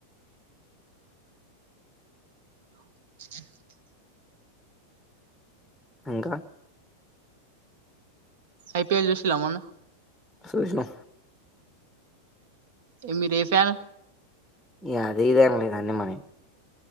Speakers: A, on the right; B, in the centre.
A: <inaudible>
B: ఇంకా
A: ఐపిఎల్ చూసిలామన్న
B: చుసినా
A: మీరే ఫ్యాన్
B: ఏ అదేదాం దన్న మన